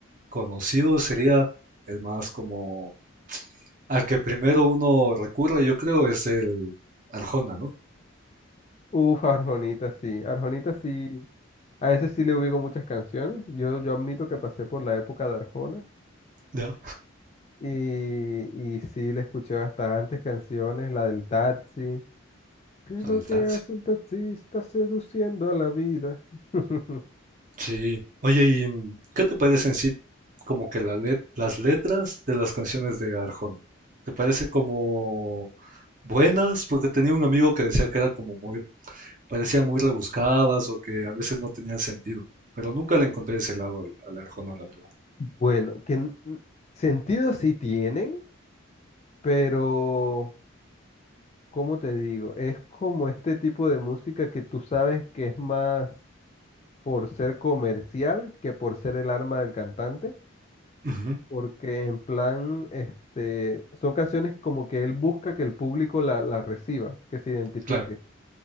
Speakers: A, on the right; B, on the left.
A: Conocido sería el más como al que primero uno recurre, yo creo, es el Arjona, ¿no?
B: Uf, Arjonita, sí. Arjonita, sí. A ese sí le ubico muchas canciones. Yo, yo admito que pasé por la época de Arjona
A: Ya.
B: y, y sí le escuché bastantes canciones, la del taxi. ¿Qué es
A: Al
B: lo
A: del
B: que
A: taxi.
B: hace un taxista seduciendo a la vida? <laughs>
A: Sí. Oye, ¿y mm, qué te parece en sí como que la let- las letras de las canciones de Arjona? ¿Te parece como buenas? Porque tenía un amigo que decía que era como muy, parecían muy rebuscadas o que a veces no tenían sentido, pero nunca le encontré ese lado al, al Arjona, la verdad.
B: Bueno, que n- sentido sí tienen. Pero, ¿cómo te digo? Es como este tipo de música que tú sabes que es más por ser comercial que por ser el arma del cantante,
A: Ujú,
B: porque en plan, este, son canciones como que él busca que el público la, la reciba, que se identifique,
A: Claro.